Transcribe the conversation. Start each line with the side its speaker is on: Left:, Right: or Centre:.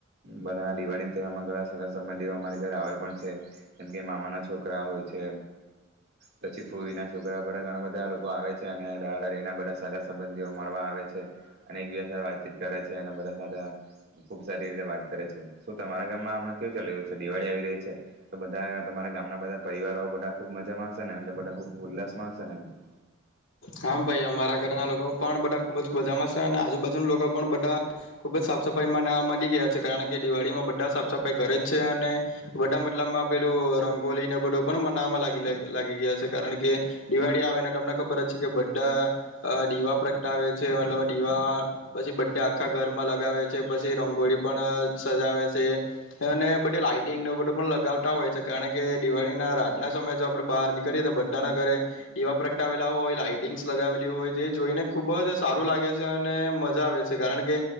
Right: બધા દિવાળી તહેવારમાં ઘણા સા સમ અમારે ઘરે આવે પણ છે જેમ કે મામાના છોકરા હોય છે પછી ફૂના છોકરા બધા ઘણા બધા લોકો આવે છે અને રા રડીના બધા સારા સંબંધીઓ મળવા આવે છે અને એકબીજા સાથે વાતચીત કરે છે અને બધા સાથેા ખુબ સારી રીતે વાત કરે છે શું તમારા ગામમાં હમણાં કેવું ચાલી રહ્યું છે દિવાળી આવી રહી છે તો બધા તમારા ગામના બધા પરિવારો બધા ખુબ મજામાં હશે ને એટલે બધા ખૂબ ભલ્લાસ માણસને એંદો
Left: હા ભાઈ અમારા ઘરના લોકો પણ બધા ખુબ જ મજામાં છે અને આજુબાજુના લોકો પણ બધા ખુબ જ સાફ સફાઈમાં નાવા માંની ગયા છે કારણ કે દિવાળી માં બધા સાફ સફાાઈ કરે જ છે અને બધા મતલબમાં પેલું રંગોલી ને બધું પણ મનાવામાં લાગી ગયા છે કારણ કે દિવાળી આવેને તમને ખબર જ કે બધા દીવા પ્રગટાવે છે મતલબ દીવા પછી બધા આખા ઘરમાં લગાવે છે પછી રંગોળી પણ સજાવે છે અને બધ લાાઈટિંગ ન બધું પણ લગાવતા હોય છે કારણ કે દિવાળી ના રાતના સમયે જો આપડે બહાર નીકળીએ તો બધાના ઘરે દીવા પ્રગટાવેલા હોય લાઈટિંગ્સ લગાવેલી હોય જે જોઈને ખુબ જ સારું લાગે છે અને મજા આવે છે કારણ કે